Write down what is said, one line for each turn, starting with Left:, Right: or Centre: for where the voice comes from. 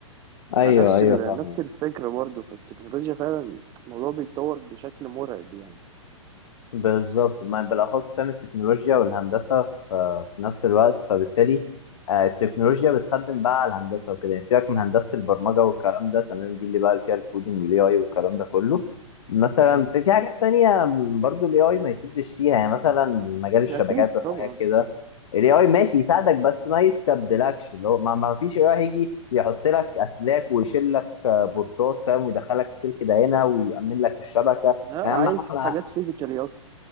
Left: ايوه
Right: فنفس
Left: ايوه
Right: ال-
Left: فاهم
Right: نفس الفكرة برضه فالتكنولوجيا فعلا الموضوع بيتطور بشكل مرعب يعني
Left: بالظبط ما بالاخص فاهم التكنولوجيا والهندسه في في نفس الوقت فبالتالي آه، التكنولوجيا بتخدم بقى على الهندسه وكده يعني سيبك من هندسه البرمجه والكلام ده تمام دي اللي بقى فيها الكودينج والاي اي والكلام ده كله مثلا
Right: مم.
Left: في في حاجات تانية برضو الاي اي ما يسدش فيها يعني مثلا مجال الشبكات
Right: أكيد
Left: والحاجات
Right: طبعا
Left: كده الاي اي ماشي يساعدك بس ما يستبدلكش اللي هو ما ما فيش اي اي هيجي يحط لك اسلاك ويشيل لك آه، بورتات فاهم ويدخلك السلك ده هنا ويأمن لك الشبكه
Right: لا
Left: اهم
Right: عايز
Left: حاجه
Right: حاجات فيزيكالي أكتر